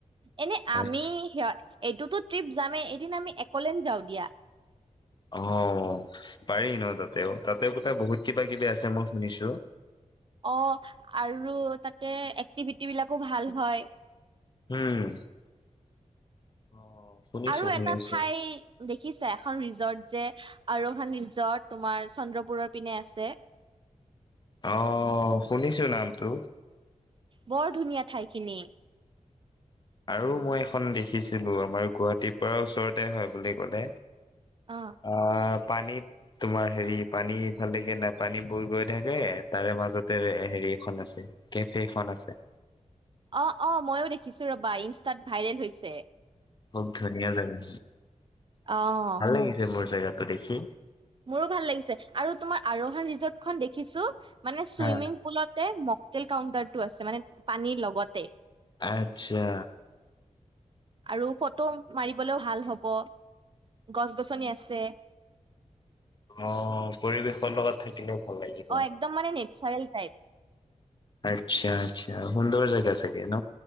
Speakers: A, on the right; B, on the left.
A: এনে আমি
B: আচ্ছা
A: সিহঁত এইটোতো ট্ৰিপ যামেই এদিন আমি একলেন্দ যাওঁ দিয়া।
B: অ' পাৰি ন তাতেও তাতে বোলে বহুত কিবা কিবি আছে মই শুনিছো।
A: অ' আৰু তাতে এক্টিভিটি বিলাকো ভাল হয়।
B: উম। অ', শুনিছো
A: আৰু এটা
B: শুনিছো
A: ঠাই দেখিছে এখন ৰিজৰ্ট যে আৰোহন ৰিজৰ্ট তোমাৰ চন্দ্ৰপুৰৰ পিনে আছে।
B: আহ শুনিছো নামটো।
A: বৰ ধুনীয়া ঠাইখিনি।
B: আৰু মই এখন দেখিছিলো আমাৰ গুৱাহাটীৰ পৰা ওচৰতে হয় বুলি কলে
A: অ
B: আহ পানীত তোমাৰ হেৰি পানীফালেকে নাই পানী বুৰ গৈ থাকে তাৰে মাজতে হেৰি এখন আছে কেফেখন আছে।
A: অ-অ মইয়ো দেখিছো ৰবা ইনষ্টাত ভাইৰেল হৈছে।
B: খুব ধুনীয়া জেগা
A: অ
B: ভাল লাগিছে মোৰ জেগাত গতিসী
A: মোৰো ভাল লাগিছে আৰু তোমা আৰোহান ৰিজৰ্টখন দেখিছো। মানে চুইমিং
B: হা
A: পুলতে তেল কাউণ্টাৰটো আছে মানে পানীৰ লগতে,
B: আচ্ছা,
A: আৰু ফটো মাৰিবলৈও ভাল হ'ব গছ-গছনি আছে।
B: অ পৰিৱেশৰ লগত থাকিলেও। ভাল লাগিব
A: অ একদম মানে নেচাৰেল টাইপ
B: আচ্ছা-আচ্ছা হুন্দজা যেগাছেকে ন